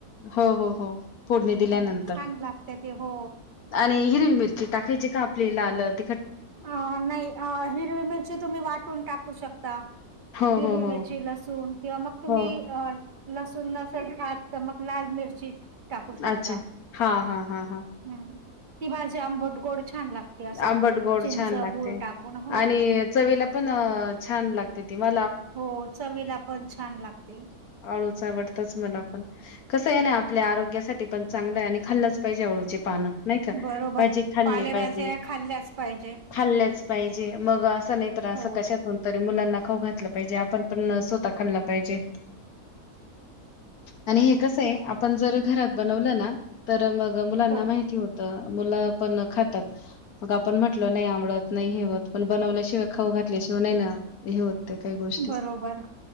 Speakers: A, on the left; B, on the right.
A: हो हो हो फोडणी दिल्यानतर
B: हम्म छान लागते ते हो
A: आणि हिरवी मिर ते टाकायचे का आपले लाल ते
B: अ नाही अ मिरची तुम्ही वाटून टाकू शकता
A: हो,
B: हिरवी
A: हो, हो.
B: मिरची लसूण किंवा मग तुम्ही
A: हो.
B: अ लसूण नसलं खात त मग लाल मिरची टाकू शकता
A: अच्छा हा हा हा हा.
B: हम्म ती भाजी आंबटगोड छान लागते असं
A: आंबट
B: थोडं
A: गोड
B: चिंच
A: छान लागते
B: गुळ टाकून हो
A: आणि चवीलापण छान लागते. ती भा
B: हो चवीला पण छान लागते.
A: आळूच आवडतच मला पण कस आहे ना आपल्या आरोग्यासाठी पण चांगल आणि खाल्लंच पाहिजे आळूचे पान नाही का
B: बरोबर
A: पाहिजे खाल्ले
B: पालेभाज्या
A: पाहिजे.
B: खाल्ल्याच पाहिजे
A: खाल्ल्याच पाहिजे मग असं नाही तर असं
B: हो
A: कशातून तरी मुलाना खाऊ घातले पाहिजे. आपण न स्वतः खाल्लं पाहिजे. आणि हे कसये आपण जर घरात बनवलना तर मग मुलांना
B: हो
A: माहिती होत. मुलं पण अ खातात. मग आपण म्हटल नाही आवडत नाही हेवत पण बनवल्याशिवाय खाऊ घातल्याशिवाय नाही ना हे होत. ते काही गोष्टी
B: बरोबर.